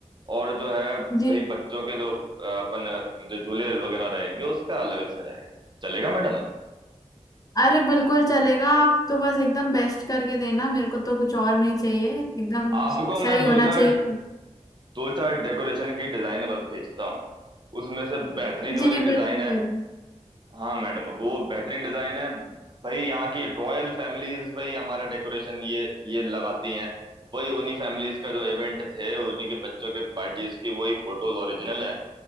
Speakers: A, on the right; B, on the left.
A: और जो है भाई
B: जी
A: बच्चों के जो अ, अपन जो झूले वगैरह रहेंगे उसका अलग से रहेगा चलेगा मैडम
B: अरे बिल्कुल चलेगा आप तो बस एकदम बेस्ट करके देना मेरे को तो कुछ और नहीं चाहिए एकदम
A: आपको
B: सही
A: मैं दो
B: होना
A: चार
B: चाहिए
A: दो चार डेकोरेशन की डिजाइन बस भेजता हूँ उसमें से बेहतरीन
B: जी
A: वाली
B: बिल्कुल
A: डिजाइन है
B: बिल्कुल
A: हाँ मैडम वो बेहतरीन डिजाइन है भाई यहाँ की रॉयल फैमिलीज भाई हमारा डेकोरेशन ये ये लगाती हैं वही उन्हीं फैमिलीज का जो इवेंट थे उन्हीं के बच्चों के पार्टीज की वही फोटोज ओरिजिनल है